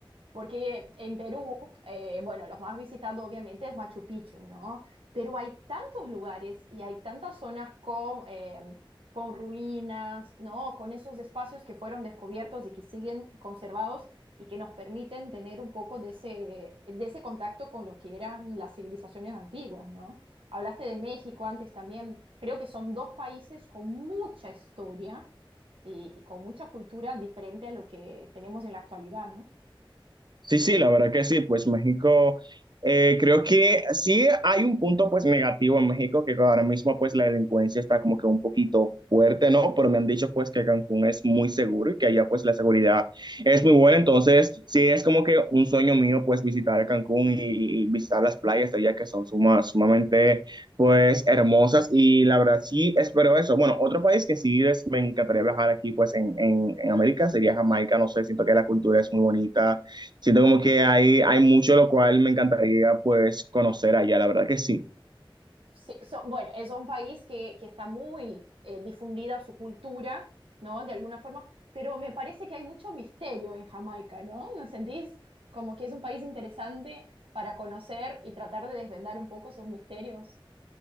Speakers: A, on the right; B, on the right.
A: Porque en Perú, eh, bueno, los más visitados obviamente es Machu Picchu, ¿no? Pero hay tantos lugares y hay tantas zonas con, eh, con ruinas, ¿no? Con esos espacios que fueron descubiertos y que siguen conservados y que nos permiten tener un poco de ese, de ese contacto con lo que eran las civilizaciones antiguas, ¿no? Hablaste de México antes también. Creo que son dos países con mucha historia y, y con mucha cultura diferente a lo que tenemos en la actualidad, ¿no?
B: Sí, sí, la verdad que sí, pues México, eh, creo que sí hay un punto pues negativo en México, que ahora mismo pues la delincuencia está como que un poquito fuerte, ¿no? Pero me han dicho pues que Cancún es muy seguro y que allá pues la seguridad es muy buena, entonces sí es como que un sueño mío pues visitar a Cancún y, y visitar las playas de allá que son suma- sumamente pues hermosas y la verdad sí espero eso. Bueno, otro país que sí es- me encantaría viajar aquí pues en, en, en América sería Jamaica, no sé, siento que la cultura es muy bonita. Siento como que hay, hay mucho lo cual me encantaría pues conocer allá, la verdad que sí.
A: sí, so- bueno, es un país que, que está muy eh, difundida su cultura, ¿no? De alguna forma, pero me parece que hay mucho misterio en Jamaica, ¿no? ¿No sentís como que es un país interesante para conocer y tratar de desvendar un poco sus misterios?